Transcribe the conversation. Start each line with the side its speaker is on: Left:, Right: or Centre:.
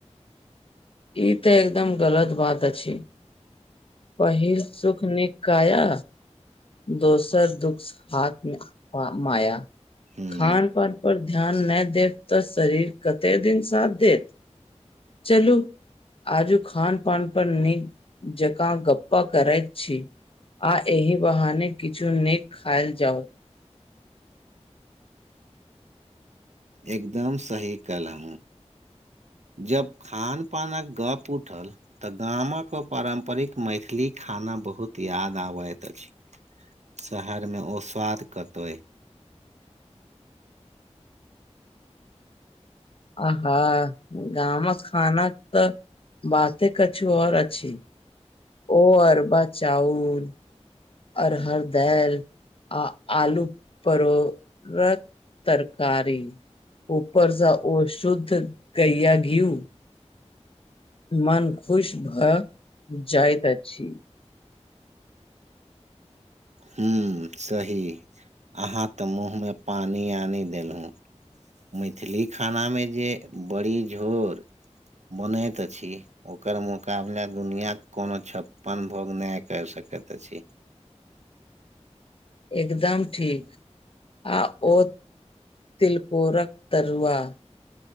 Left: ई तऽ एकदम गलत बात अछि, पहिल सुख निक। कखया दोसर दुख आत्म माया।
Right: हूँ
Left: खान पान पर। ध्यान नहि देब, तऽ शरीर कते दिन साथ देत चलू। आजु खान पान पर निक जकाँ गप्प करै छी। आ एहि बाहने किछु निक खायल जाउ।
Right: एकदम सही कइहला। जब खान पानकऽ गप उठल। तऽ गाम कऽ ओ पारम्परिक मैथिली खाना बहुत याद आबैत अछि। शहरमे ओ स्वाद कतहु।
Left: आहा गाम कऽ खानाके तऽ बाते कछु और अछि। ओ बच्चा चाउर। अड़हर दालि। आ आलू परोरक तरकारी। ऊपरसँ ओ शुद्ध गहिआ घिउ। मन खुश भऽ जाइत अछि।
Right: हूं सही अहाँ त मुँहमे पानि आनि देलहु। मैथिली खानामे जे बड़ी झोर बनैत अछि ओकर मुकाबला दुनियके कोनो छप्पन भोग नहि करि सकैत अछि।
Left: एकदम ठीक आ ओ तिलकोरक तरुआ।